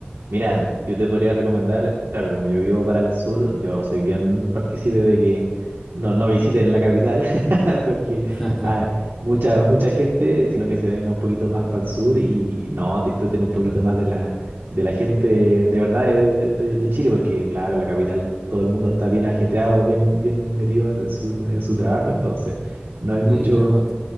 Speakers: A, on the right; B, in the centre.
A: Mira, yo te podría recomendar, claro, que como yo vivo para el sur, yo soy bien partícipe de que no, no visiten la capital, <laughs> porque
B: <laughs>
A: hay mucha, mucha gente, sino que se venga un poquito más para el sur y no disfruten un
B: Claro.
A: poquito más de la, de la gente de verdad de, de- de- de Chile, porque claro, en la capital todo el mundo está bien ajetreado, bien, bien metido en su, en su trabajo, entonces no hay mucho,
B: Sí, no.